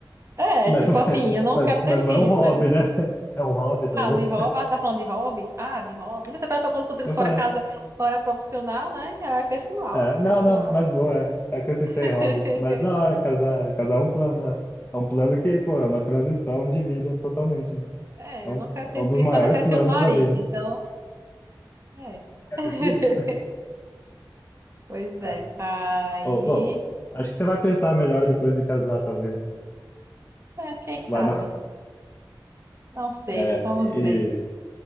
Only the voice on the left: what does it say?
Mas,
<laughs>
mas,
mas, mas
não é um hobby,
né? É um hobby, talvez.
<laughs>
Eu
falei.
É,
não, não, mas boa, é, é consistente
em hobby. Mas da hora, casar, casar é um plano. É, É um plano que, pô, é uma transição de vida totalmente. né?
É um,
é
um dos
maiores
planos
da vida.
Quer
ter filho?
É.
Ou- bom, acho que você vai pensar melhor depois de casar, talvez.
Vai não.
É,
e